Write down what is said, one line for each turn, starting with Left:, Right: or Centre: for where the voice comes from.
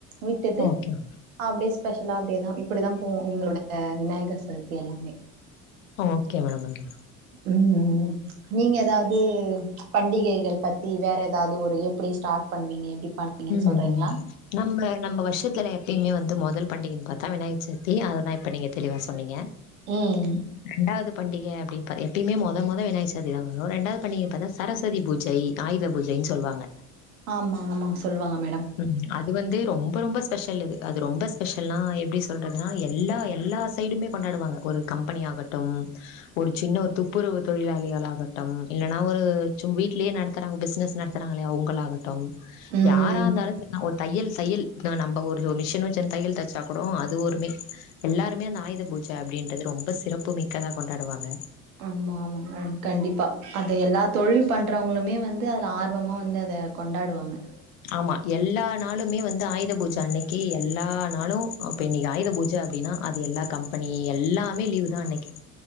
Right: விட்டுட்டு
Left: ஓகே
Right: அப்படியே ஸ்பெஷலா அப்டியே ஸ்பெஷலா அப்டியே தா இப்டி தா போவு எங்களோட விநாயகர் சதுர்த்தி எல்லாமே
Left: ஓகே மேடம் ஓகே மேடம்
Right: ம் நீங்க எதாவது பண்டிகைகள் பத்தி வேற எதாவது ஒரு எப்டி ஸ்டார்ட் பண்ணுவீங்கே எப்டி பண்ணுவீங்கன்
Left: ம்.
Right: சொல்றீங்ளா
Left: நம்ம நம்ம வருஷத்துல எப்பயுமே வந்து முதல் பண்டிகைன்னு பாத்தா விநாயகர் சதுர்த்தி அததான் இப்ப நீங்க தெளிவா சொன்னீங்க
Right: ம்
Left: ரெண்டாவது பண்டிக அப்டி பா எப்பயுமே மொத மொத விநாயக சதுர்த்திதா வரும் ரெண்டாவது பண்டிகை பாத்தா சரஸ்வதி பூஜை ஆயுத பூஜைன் சொல்வாங்க
Right: ஆமா ஆமாங் சொல்லுவாங்க மேடம்
Left: ம் அது வந்து ரொம்ப ரொம்ப ஸ்பெஷலு அது அது ரொம்ப ஸ்பெஷல்னா எப்டி சொல்றதுனா எல்லா எல்லா சைடுமே கொண்டாடுவாங்க ஒரு கம்பெனி ஆகட்டும் ஒரு சின்ன ஒரு துப்புரவு தொழிலாளிகள் ஆகட்டும் இல்லன்னா ஒரு சும் வீட்லயே நடத்துறாங்க பிசினஸ் நடத்துறாங்களே அவங்களாகட்டும்
Right: ம்
Left: யாரா இருந்தாலு செரி நா ஒர் தையல் தையல் நம்ம ஒரு மிஷின் வச்சே தையல் தைச்சா கூட அது ஒருமே எல்லாருமே அந்த ஆயுத பூஜ அப்டின்றது ரொம்ப சிறப்புமிக்கதா கொண்டாடுவாங்க
Right: ஆமா ஆமா மேடம் கண்டிப்பா அத எல்லா தொழில் பண்றவங்களுமே வந்து அதுல ஆர்வமா வந்து அது இத கொண்டாடுவாங்க
Left: ஆமா எல்லா நாளுமே வந்து ஆயுத பூஜ அன்னைக்கி எல்லா நாளு அப்ப இன்னைக்கி ஆயுத பூஜ அப்டின்னா அது எல்லா கம்பெனி எல்லாமே லீவு தா அன்னைக்கி